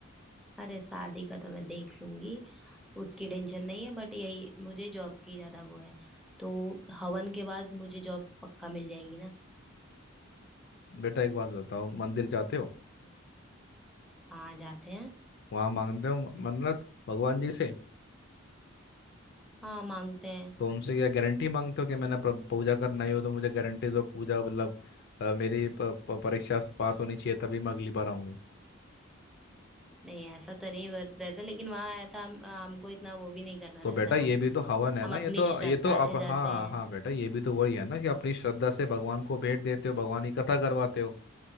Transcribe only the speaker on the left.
बेटा एक बात बताओ मंदिर जाते हो
वहां मांगते हो मन्नत भगवान जी से
तो उनसे क्या गारंटी मांगते हो कि मैंने प्र- पूजा करना ही हो तो मुझे गारंटी दो पूजा मतलब अ, मेरी प- प- परीक्षा पास होनी चाहिए तभी मैं अगली बार आऊंगी
तो
बेटा
ये भी तो हवन है
ना
ये तो
ये तो आप
हाँ
हाँ बेटा ये भी तो वही है ना कि अपनी श्रद्धा से भगवान को भेंट देते हो भगवान की कथा करवाते हो